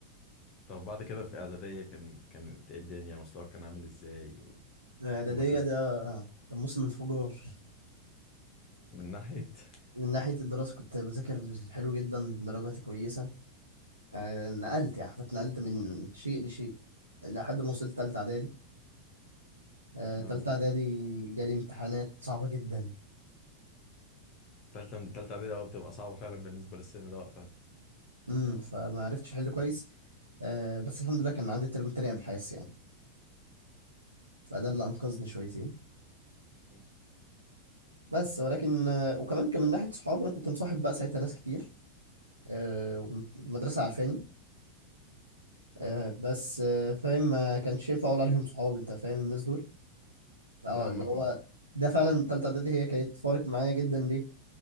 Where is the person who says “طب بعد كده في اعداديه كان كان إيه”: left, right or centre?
Left